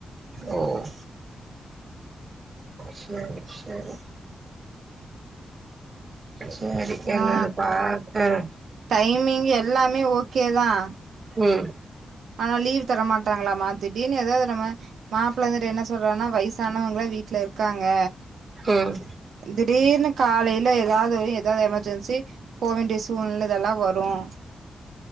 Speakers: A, on the right; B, on the right.
A: ம் செரி செரி செரி
B: ஏன்னா
A: என்னன்னு பாக்க
B: டைமிங் எல்லாமே ஓகே தான்
A: ம்
B: ஆனா லீவ் தர மாட்டாங்களாம திடிர்னு எதாவது நம்ம மாப்பிள்ள இருந்துட்டு என்ன சொல்றான்னா வயசானவங்கள வீட்ல இருக் காங்க
A: ம்
B: திடீர்னு காலையில எதாவது ஒரு எதா எமர்ஜென்சி போ வேண்டிய சூழ்நிலை இதெல்லாம் வரு ரும்